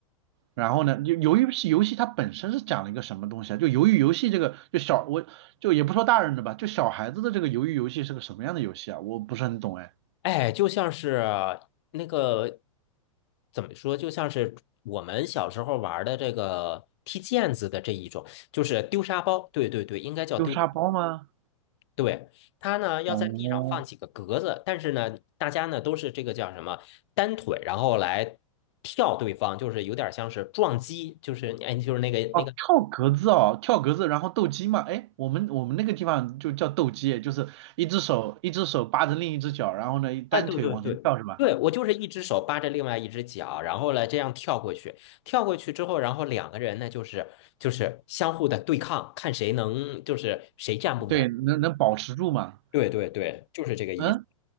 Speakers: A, on the right (about 50°); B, on the left (about 50°).
A: 然后呢，就鱿鱼是游戏它本身是讲了一个什么东西啊？就鱿鱼游戏这个，就小我就也不说大人的吧，就小孩子的这个鱿鱼游戏是个什么样的游戏啊？我不是很懂哎，
B: 哎，就像是那个怎么说，就像是我们小时候玩的这个踢毽子的这一种，就是丢沙包。对对对，应该叫丢。
A: 丢沙包吗？
B: 对，它呢要在地上放几个格子，
A: 哦
B: 但是呢，大家呢都是这个叫什么单腿，然后来跳对方，就是有点像是撞击，就是哎，就是那个那个
A: 哦，跳格子哦，跳格子，然后斗鸡嘛，哎，我们我们那个地方就叫斗鸡，就是一只手一只手扒着另一只脚，然后呢单腿往前跳是吧？
B: 哎，对对对对，我就是一只手扒着另外一只脚，然后呢这样跳过去，跳过去之后，然后两个人呢就是就是相互的对抗，看谁能就是谁站不稳。
A: 对，能能保持住吗？
B: 对对对，就是这个意思。
A: 嗯，